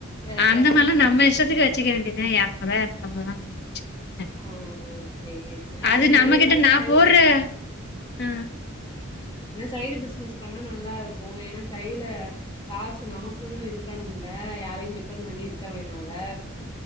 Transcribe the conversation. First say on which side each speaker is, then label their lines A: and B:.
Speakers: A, on the left (about 20°); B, on the left (about 50°).
A: எர
B: அந்த
A: எரநூத்தம்பது
B: மாரிலா நம்ம
A: ரூவா
B: இஷ்டத்துக்கு வச்சுக்க வேண்டியதே எறநூறுவா எறநூத்தம்பூரூவா அந்த மாரி வச்சுக்க வேண்டியது.
A: ஆஹ் ஆஹ் சேரி சேரி ஆனா
B: அது
A: இந்த
B: நம்மகிட்ட
A: மாரி எதாவது
B: நா
A: செய்
B: போட்ற ஆ
A: சைடு பிஸ்னஸ் பண்ணா நல்லா இருக்கு ஏனா கைல காசு நமக்குன்னு இருக்கனும்ல ல யாரையு டிபண்ட் பண்ணி இருக்க வேணால